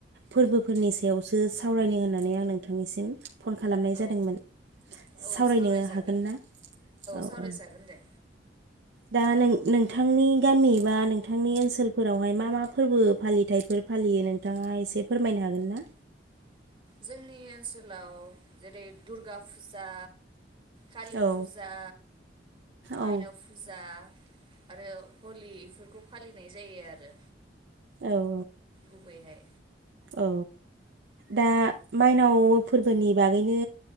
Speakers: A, on the right; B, on the right.
A: फोरबोफोरनि सायावसो सावरायनो होननानै आं नोंथांनिसिम फन खालामनाय
B: औ
A: जादोंमोन
B: औ
A: सावरायनो
B: सावरायजागोन
A: हागोन ना औ
B: सावरायजागोन
A: औ
B: दे
A: दा नों नोंथांनि गामि बा नोंथांनि ओनसोल फोरावहाय मा मा फोरबो फालिथाइफोर फालियो नोंथाङा एसे फोरमायनो हागोनना
B: जोंनि ओनसोलाव जेरै दुर्गा फुजा कालि
A: औ
B: फुजा माइनाव
A: औ
B: फुजा आरो हलि इफोरखौ फालिनाय जायो आरो
A: औ औ
B: गुबैहाय
A: औ दा माइनाव फोरबोनि बागैनो